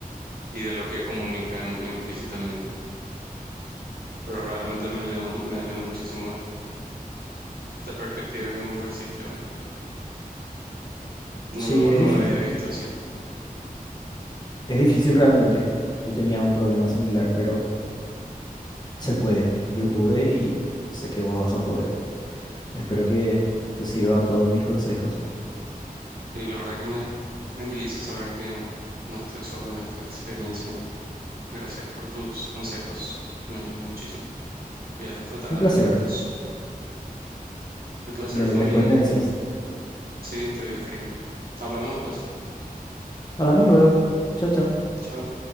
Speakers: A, on the right; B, on the left.
A: y de lo que comunican implícitamente. Pero realmente me ayudó, me ayudó muchísimo esta perspectiva que me ofreciste hoy. No
B: sí,
A: lo,
B: es
A: no
B: difícil.
A: la había visto así.
B: Es difícil realmente. Yo tenía un problema similar, pero se puede. Yo pude y sé que vos vas a poder. Espero que te sirvan todos mis consejos.
A: Sí, la verdad que me tranquiliza saber que no estoy solo en esta experiencia. Gracias por tus consejos, me ayudó muchísimo. Voy a tratar
B: Un
A: de
B: placer.
A: aplicarlos. El placer
B: De-
A: fue
B: después
A: mío.
B: me decís.
A: Sí, te voy a escribir. Hablamos después.
B: Hablamos luego. Chao, chao.
A: Chao.